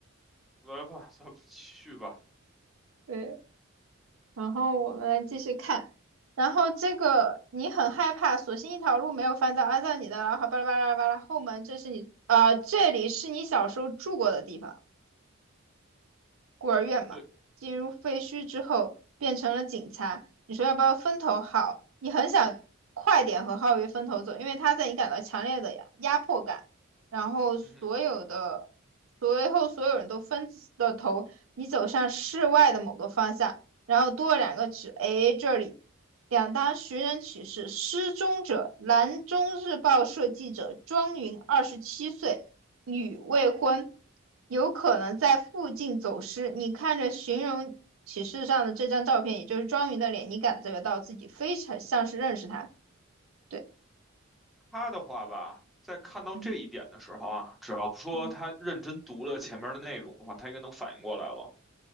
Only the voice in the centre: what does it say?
来吧，咱们继续吧。
对，
嗯，
他的话吧，在看到这一点的时候啊，
只要说他认真读了前面的内容的话，
他应该能反应过来了。